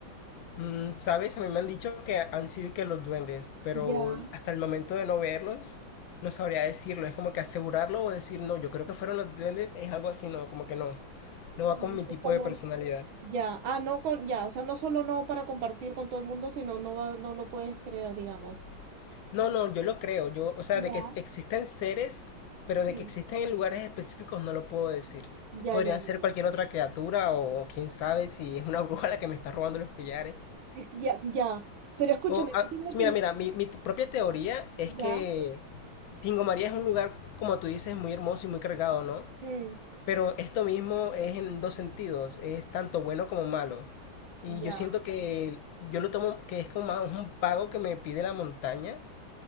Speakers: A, on the left (about 75°); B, on the right (about 75°).
A: Mm, ¿sabes? A mí me han dicho que han sido que los duendes, pero
B: Ya,
A: hasta el momento de no verlos, no sabría decirlo. Es como que asegurarlo o decir, no, yo creo que fueron los duendes, es algo así, no, como que no.
B: bueno,
A: No va con mi tipo
B: eh, como
A: de personalidad.
B: ya, ah, no con, ya, o sea, no solo no para compartir con todo el mundo, sino no va, no lo puedes creer, digamos.
A: No, no, yo lo creo. Yo, o sea,
B: Ya,
A: de que existen seres, pero
B: sí.
A: de que existen en lugares específicos no lo puedo decir.
B: Ya,
A: Podrían
B: ya, ya,
A: ser
B: ya.
A: cualquier otra criatura o quién sabe si es una bruja la que me está robando los collares.
B: Eh, Ya, ya. Pero escúchame,
A: O, ah,
B: que tengo
A: sí,
B: pero
A: mira, mira, mi, mi t- propia teoría es que
B: ya.
A: Tingo María es un lugar, como tú dices, muy hermoso y muy cargado, ¿no?
B: mm,
A: Pero esto mismo es en dos sentidos, es tanto bueno como malo. Y
B: Ya.
A: yo siento que yo lo tomo que es como más un pago que me pide la montaña